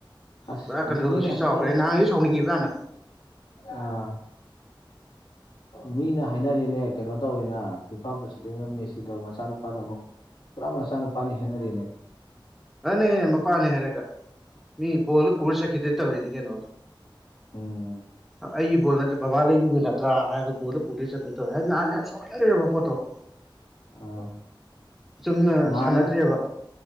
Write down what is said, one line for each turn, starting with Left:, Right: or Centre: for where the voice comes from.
Left: ꯑꯁ
Centre: ꯄꯨꯔꯥ ꯀꯟꯊ꯭ꯔꯣꯕꯔꯁꯤ
Left: ꯃꯤꯅ ꯍꯥꯏꯅꯔꯦ
Centre: ꯆꯥꯎꯈ꯭ꯔꯦ ꯅꯍꯥꯟꯒꯤꯗꯨ
Left: ꯃꯤ
Centre: ꯁꯨꯥꯎꯅꯤꯡꯉꯕ ꯌꯥꯝꯅ꯫
Left: ꯑꯥ ꯃꯤꯅ ꯍꯥꯏꯅꯔꯦꯅꯦ ꯀꯩꯅꯣ ꯇꯧꯋꯦꯅ ꯐꯤꯐ ꯄ꯭ꯔꯁꯤꯗꯦꯟꯒ ꯃꯦꯁꯤꯗꯣ ꯃꯆꯥꯅꯨꯄꯥꯗꯧꯅ ꯄꯨꯔꯥ ꯃꯆꯥ ꯅꯨꯄꯥꯅꯤ ꯍꯥꯏꯅꯔꯦꯅꯦ꯫
Centre: ꯃꯥꯅꯦ ꯃꯄꯥꯅꯦ ꯍꯥꯏꯔꯒ ꯃꯤ ꯕꯣꯜꯗꯨ ꯄꯨꯔ ꯆꯠꯈꯤꯗꯣꯏ ꯇꯧꯔꯤꯅꯤ ꯀꯩꯅꯣ꯫
Left: ꯑꯣ
Centre: ꯑꯩꯒꯤ ꯕꯣꯜ ꯅꯥꯠꯇꯔ ꯕꯕꯥ ꯂꯩꯕꯤꯕ ꯅꯠꯇ꯭ꯔꯥ ꯍꯥꯏꯔꯒꯥ ꯕꯣꯜꯗ ꯄꯨꯗꯣꯏ ꯆꯠꯇꯣꯏ ꯇꯧꯋꯦ ꯅꯍꯥꯟ ꯌꯥꯝꯅꯥ ꯁꯧꯅꯤꯡꯍꯜꯂꯦꯕ ꯄꯣꯠꯇꯣ꯫
Left: ꯑ
Centre: ꯆꯨꯝꯅ
Left: ꯉꯍꯟ
Centre: ꯁꯥꯟꯅꯗ꯭ꯔꯦꯕ